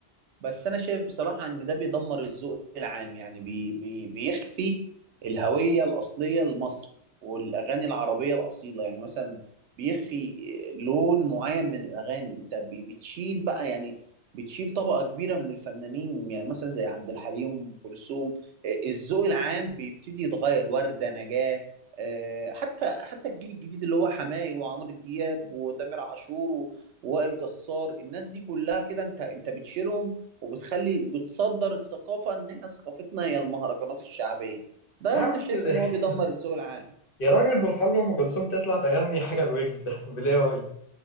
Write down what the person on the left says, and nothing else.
يا عم
انت-
<laughs>
يا راجل دول خلوا أم كلثوم تطلع تغني حاجة الويجز <laughs> بالاي واي